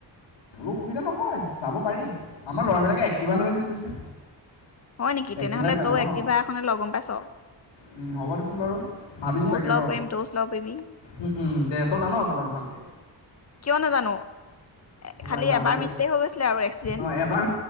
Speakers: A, on the left; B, on the left.
A: বোলো অসুবিধা নহয় যাব পাৰি। আমাৰ ল'ৰাবিলাকে এক্টিভা লৈয়ে গুচি গৈছে।
B: হয় নেকি। তেনেহ'লে,
A: এক্টিভাই পাই
B: তই
A: যাওঁ
B: এক্টিভা
A: অ',
B: এখনে ল' গম পাইছ।
A: উম, হ'ব দেচোন বাৰু ভাবিছোঁ
B: মইয়ো
A: তাকে
B: চলাব
A: ৰ'
B: পাৰিম, তই চলাব পাৰিবি।
A: উম, উম, দে তই জান' জান' ভালকে
B: কিয় নাজানো? এ
A: অ'!
B: খালি
A: আই জানদে
B: এবাৰ মিষ্টেক হৈ গৈছিলে আৰু এক্সিডেণ্ট
A: অ'! এবাৰ